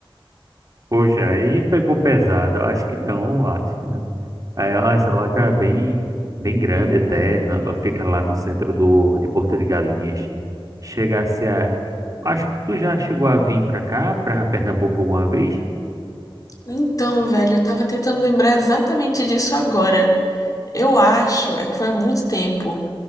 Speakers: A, on the right; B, on the left.
A: Poxa, aí pegou pesado. Eu acho que não, eu acho que não. Aí, ó, essa loja é bem, bem grande até. na- Ela fica lá no centro do, de Porto de Galinhas. Chegasse a. Acho que tu já chegou a vir pra cá, pra Pernambuco alguma vez?
B: Então, velho, eu tava tentando lembrar exatamente disso agora. Eu acho, é que foi há muito tempo.